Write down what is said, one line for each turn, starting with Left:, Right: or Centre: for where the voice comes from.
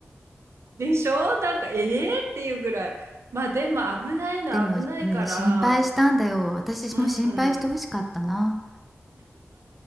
Right: でしょなんか、ええー、っていうぐらい。まあでも危ないのは危ないから、
Centre: でも、うん、心配したんだよ。私も心配してほしかったな。
Right: うん。